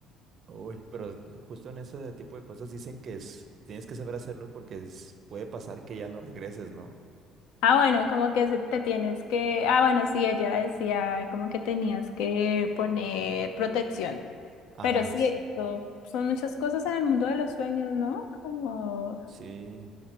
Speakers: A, on the right (about 35°); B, on the left (about 80°).
A: uy, pero justo en ese tipo de cosas dicen que es, tienes que saber hacerlo porque es- puede pasar que ya no regreses, ¿no?
B: Ah, bueno, como que se- te tienes que, ah, bueno, sí, ella decía como que tenías que poner protección.
A: Ajá,
B: Pero sí,
A: s-
B: eso son muchas cosas en el mundo de los sueños, ¿no? Como
A: sí,